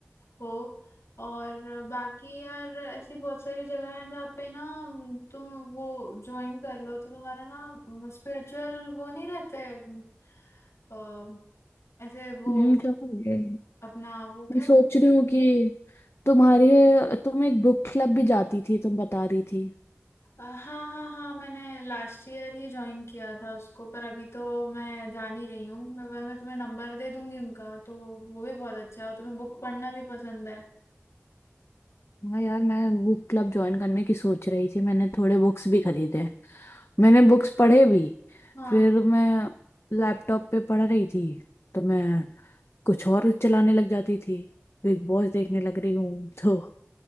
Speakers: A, on the left (about 85°); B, on the left (about 65°).
A: हो और अ, बाकी यार ऐसी बहुत सारी जगह हैं जहाँ पे ना अम, तुम वो ज्वाइन कर लो तो तुम्हारा ना स्पिरिचुअल वो नहीं रहते अम, अ, ऐसे वो
B: हम्म क्या हो गया?
A: अपना वो क्या
B: मैं
A: वो
B: सोच रही हूँ कि तुम्हारी तुम एक बुक क्लब भी जाती थी तुम बता रही थी
A: अ, हाँ हाँ हाँ मैंने लास्ट ईयर ही ज्वाइन किया था उसको पर अभी तो मैं जा नहीं रही हूँ मैं पर मैं तुम्हें नंबर दे दूंगी उनका तो वो भी बहुत अच्छा है और तुम्हें बुक पढ़ना भी पसंद है
B: हाँ यार मैं बुक क्लब ज्वाइन करने की सोच रही थी मैंने थोड़े बुक्स भी खरीदे मैंने बुक्स पढ़े भी
A: हाँ
B: फिर मैं लैपटॉप पे पढ़ रही थी तो मैं कुछ और चलाने लग जाती थी बिग बॉस देखने लग रही हूँ <laughs> तो